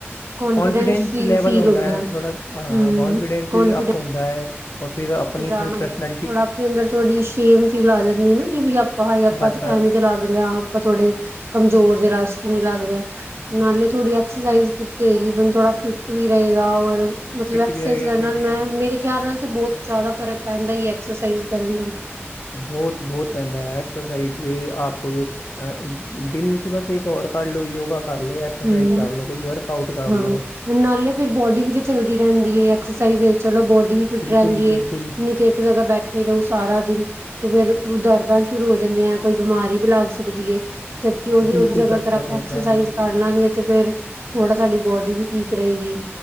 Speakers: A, on the right; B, on the left.
A: ਕੋਨਫੀਡੈਂਸ
B: ਕੌਨਫੀਡੈਂਸ
A: ਫੀ
B: ਲੈਵਲ
A: ਫੀਲ ਹੁੰਦਾ
B: ਹੈ
A: ਹੂੰ
B: ਥੋੜ੍ਹਾ ਹਾਂ ਕੌਨਫੀਡੈਂਸ
A: ਕੋਨਫੀਡੈਂਸ
B: ਵੀ ਅਪ ਹੁੰਦਾ ਹੈ ਔਰ ਫਿਰ ਆਪਣੀ
A: ਤੇ ਜਾਣਾ
B: ਥੋੜੀ ਪ੍ਰੈਸਨੈਲ
A: ਥੋੜਾ ਆਪਣੇ ਅੰਦਰ ਥੋਡੀ ਸ਼ੇਮ ਫੀਲ ਆ ਜਾਂਦੀ ਨਾ ਕਿ ਵੀ ਆਪਾਂ ਹਾਏ ਆਪਾਂ
B: ਬਸ ਬਸ
A: ਐਵੇਂ ਦੇ ਲੱਗ ਰੇ ਆ। ਆਪਾਂ ਥੋੜੇ ਕਮਜ਼ੋਰ ਜੇ ਰਸਕਨੀ ਲੱਗ ਰਹੇ ਆ। ਨਾਲੇ ਥੋੜੀ ਐਕਸਰਸਾਈਜ਼ ਕੀਤੀ ਹੋਏਗੀ ਈਵਨ ਥੋੜਾ ਫਿੱਟ ਵੀ ਰਹੇਗਾ ਔਰ ਮਤਲਬ
B: ਫਿਟ
A: ਐਕਸਸਾਈਜ਼
B: ਵੀ ਰਹੇਗਾ
A: ਕਰਨ
B: ਸਹੀ
A: ਨਾਲ
B: ਹੈ
A: ਮੈਂ ਮੇਰੇ ਖਿਆਲ ਨਾਲ ਤੇ ਬਹੁਤ ਜ਼ਿਆਦਾ ਫ਼ਰਕ ਪੈਂਦਾ ਈ ਐਕਸਰਸਾਈਜ਼ ਕਰਨ ਨਾਲ
B: ਬੋਤ-ਬੋਤ ਪੈਂਦਾ ਐਕਸਰਸਾਈਜ਼ ਆਪ ਆ ਦਿਨ ਵਿੱਚ ਬਸ ਇੱਕ ਔਰ ਕੱਢਲੋ ਓ ਯੋਗਾ ਕਰ ਲਓ ਐਕਸਰਸਾਈਜ਼
A: ਹੂੰ,
B: ਕਰ ਲਓ ਕੋਈ ਵਰਕਆਊਟ ਕਰ
A: ਹਾਂ,
B: ਲਓ
A: ਨਾਲੇ ਫਿਰ ਬੋਡੀ ਵੀ ਤੇ ਚੱਲਦੀ ਰਹਿੰਦੀ ਐ। ਐਕਸਰਸਾਈਜ਼ ਚਲੋ, ਬੋਡੀ ਵੀ ਫਿਟ
B: ਬਿਲਕੁਲ
A: ਰਹਿੰਦੀ
B: ਬਿਲਕੁਲ
A: ਐ, ਨੀ ਤੇ ਇੱਕ ਜਗ੍ਹਾ ਬੈ ਠੇ ਫੇਰ ਐ ਸਾਰਾ ਦਿਨ, ਤੇ ਫੇਰ ਦਰਦਾਂ ਸ਼ੁਰੂ ਹੋ ਜਾਂਦੀਆਂ। ਕੋਈ ਬਿਮਾਰੀ ਵੀ ਲੱਗ ਸਕਦੀ ਏ। ਜਦਕਿ ਓ
B: ਬਿਲਕੁਲ
A: ਉਹਦੀ ਜਗ੍ਹਾ
B: ਬਸ
A: ਅਗਰ ਆਪਾਂ
B: ਬਸ ਬਸ
A: ਐਕਸਰਸਾਈਜ਼।
B: ਹਾਂਜੀ
A: ਕਰਾਂਗੇ ਤੇ ਫੇਰ, ਥੋੜਾ ਸਾਡੀ ਬੋਡੀ ਵੀ ਠੀਕ ਰਹੇਗੀ।